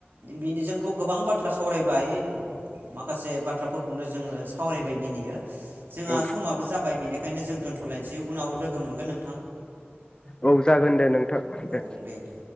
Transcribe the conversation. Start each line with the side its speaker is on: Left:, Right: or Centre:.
Right: बिदिजोंथ' गोबां बाथ्रा सावरायबाय माखासे बाथ्राफोरखौनो जोङो सावरायबाय दिनैयो। जोंहा
Left: औ
Right: समाबो जाबाय बेनिखायनो जों दोनथ' लायसै उनाव लोगो मोनगोन नों
Left: औ जागोन दे नोंथां दे।
Right: औ दे